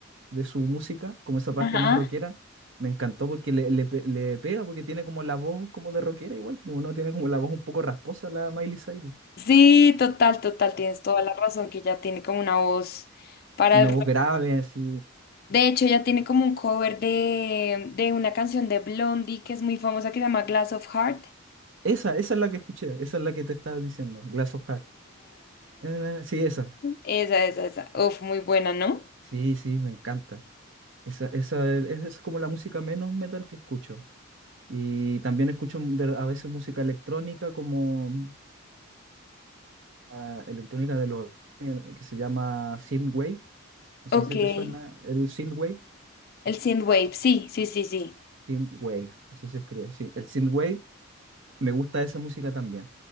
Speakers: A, on the right; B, on the left.
A: de su música, como esa parte
B: ajá.
A: más rockera, me encantó porque le, le pe- le pega, porque tiene como la voz como de rockera igual, como no tiene como la voz un poco rasposa la Miley Cyrus,
B: Sí, total, total, tienes toda la razón que ella tiene como una voz para
A: una
B: el
A: voz
B: rock.
A: grave así.
B: De hecho, ella tiene como un cover de, de una canción de Blondie que es muy famosa que se llama Glass of Heart.
A: Esa, esa es la que escuché, esa es la que te estaba diciendo, Glass of Heart. Eh, sí, esa.
B: Esa, esa, esa. Uf, muy buena, ¿no?
A: Sí, sí, me encanta. Esa, esa, es, es como la música menos metal que escucho. Y también escucho de- a veces música electrónica como ah, electrónica de los eh, que se llama synthwave. No sé
B: Ok.
A: si
B: El
A: te suena el synthwave
B: synthwave, sí, sí, sí, sí.
A: Synthwave, así se escribe. Sí, el Synthwave, me gusta esa música también.